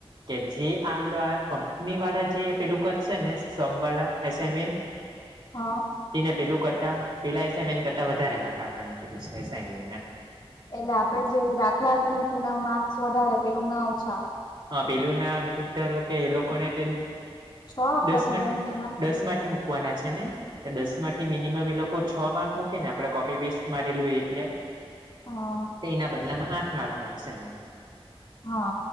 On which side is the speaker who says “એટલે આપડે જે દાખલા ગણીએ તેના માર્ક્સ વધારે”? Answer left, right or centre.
Left